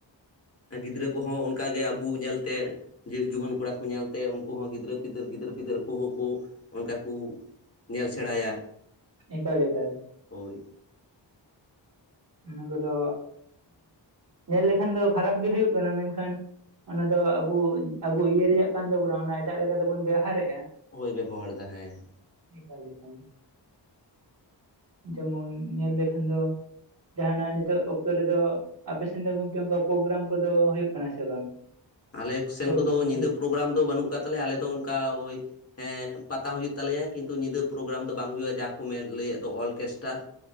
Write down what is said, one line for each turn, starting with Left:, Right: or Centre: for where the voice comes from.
Left: ᱟᱨ ᱜᱤᱫᱽᱨᱟᱹ ᱠᱚᱦᱚᱸ ᱚᱱᱠᱟᱜᱮ ᱟᱵᱚ ᱧᱮᱞᱛᱮ ᱡᱩᱣᱟᱹᱱ ᱠᱚᱲᱟ ᱠᱚ ᱧᱮᱞᱛᱮ ᱩᱱᱠᱩ ᱦᱚᱸ ᱜᱤᱫᱽᱨᱟᱹ ᱯᱤᱫᱟᱹᱨ ᱜᱤᱫᱽᱨᱟᱹ ᱯᱤᱫᱟᱨ ᱠᱚᱦᱚᱸ ᱠᱚ ᱚᱱᱠᱟ ᱠᱚ ᱧᱮᱞ ᱥᱮᱬᱟᱭᱟ
Right: ᱮᱠᱟᱞ ᱮᱠᱟᱞ
Left: ᱦᱳᱭ
Right: ᱚᱱᱟ ᱠᱚᱫᱚ ᱧᱮᱞ ᱞᱮᱠᱷᱟᱱ ᱫᱚ ᱠᱷᱟᱨᱟᱯ ᱜᱮ ᱦᱩᱭᱩᱜ ᱠᱟᱱᱟ ᱢᱮᱱᱠᱷᱟᱱ ᱚᱱᱟ ᱫᱚ ᱟᱵᱚ - ᱟᱵᱚ ᱤᱭᱟᱹ ᱨᱮᱭᱟᱜ ᱠᱟᱱ ᱛᱟᱵᱚᱱᱟ ᱚᱱᱟ ᱮᱴᱟᱜ ᱞᱮᱠᱟᱛᱮᱵᱩᱱ ᱵᱮᱣᱦᱟᱨᱮᱜᱼᱟ
Left: ᱦᱳᱭ ᱵᱮᱵᱚᱦᱟᱨ ᱮᱫᱟ ᱦᱮᱸ
Right: ᱮᱠᱟᱠ ᱮᱠᱟᱞ ᱡᱮᱢᱚᱱ ᱧᱮᱞ ᱞᱮᱠᱷᱟᱱ ᱫᱚ ᱡᱟᱦᱱᱟᱜ ᱱᱤᱛᱚᱜ ᱚᱠᱛᱚ ᱨᱮᱫᱚ ᱟᱯᱮ ᱥᱮᱱ ᱫᱚ ᱜᱚᱢᱠᱮ ᱚᱱᱠᱟ ᱯᱨᱳᱜᱨᱟᱢ ᱠᱚᱫᱚ ᱦᱩᱭᱩᱜ ᱠᱟᱱᱟ ᱥᱮ ᱵᱟᱝ
Left: ᱟᱞᱮ ᱠᱚᱥᱮᱱ
Right: ᱯᱨᱳᱜᱨᱟᱢ
Left: ᱠᱚᱫᱚ ᱧᱤᱫᱟᱹ
Right: ᱠᱚ
Left: ᱯᱨᱳᱜᱨᱟᱢ ᱫᱚ ᱵᱟᱹᱱᱩᱜ ᱠᱟᱫ ᱛᱟᱞᱮᱭᱟ ᱟᱞᱮᱫᱚ ᱚᱱᱠᱟ ᱳᱭ ᱦᱮᱸ ᱯᱟᱛᱟ ᱦᱩᱭᱩᱜ ᱛᱟᱞᱮᱭᱟ ᱠᱤᱱᱛᱩ ᱧᱤᱫᱟᱹ ᱯᱨᱳᱜᱨᱟᱢ ᱫᱚ ᱵᱟᱝ ᱦᱩᱭᱩᱜᱼᱟ ᱡᱟᱦᱟᱸ ᱠᱚ ᱢᱮᱱ ᱞᱟᱹᱭᱮᱫ ᱫᱚ ᱚᱨᱠᱮᱥᱴᱟᱨ